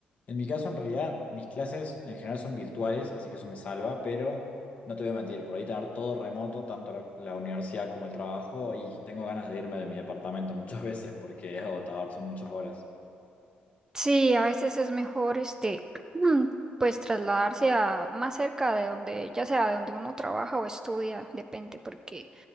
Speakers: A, on the left; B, on the right.
A: en mi caso, en realidad, mis clases en general son virtuales, así que eso me salva, pero no te voy a mentir, por ahí tener todo remoto, tanto la, la universidad como el trabajo, y tengo ganas de irme de mi departamento muchas <laughs> veces porque es agotador, son muchas horas.
B: Sí, a veces es mejor este <clears throat> pues trasladarse a más cerca de donde, ya sea de donde uno trabaja o estudia, depende, porque